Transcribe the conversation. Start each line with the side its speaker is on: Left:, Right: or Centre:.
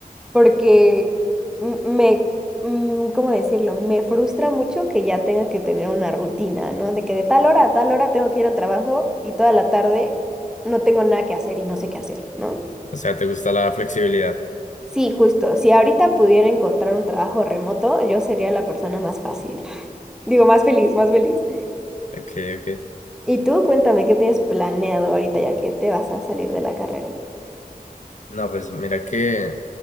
Centre: porque m- me, mm, ¿cómo decirlo? Me frustra mucho que ya tenga que tener una rutina, ¿no? De que de tal hora a tal hora tengo que ir al trabajo y toda la tarde no tengo nada que hacer y no sé qué hacer, ¿no?
Left: O sea, ¿te gusta la flexibilidad?
Centre: Sí, justo. Si ahorita pudiera encontrar un trabajo remoto, yo sería la persona más fácil. <laughs> Digo, más feliz, más feliz.
Left: Ok, ok.
Centre: Y tú, cuéntame, ¿qué tienes planeado ahorita ya que te vas a salir de la carrera?
Left: No, pues mira que